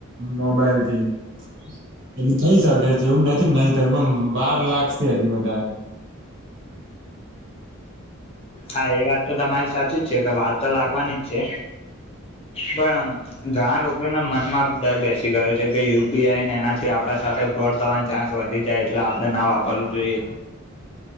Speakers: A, on the right; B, on the left.
A: મોબાઈલ એટલે થઈ શકે છે એવું નથી નહી થમ બાર લાખ છે હજી વધારે
B: હા એ વાત તો તમારી સાચી જ છે કે વાત તો લાગવાની જ છે પણ ઘણા લોકોના મનમાં ડર બેસી ગયો છે કે યુપીઆઈને એનાથી આપણા સાથે ફોડ થવાની ચાન્સ વધી જાય એટલે આપણે ના વાપરવું જોઈએ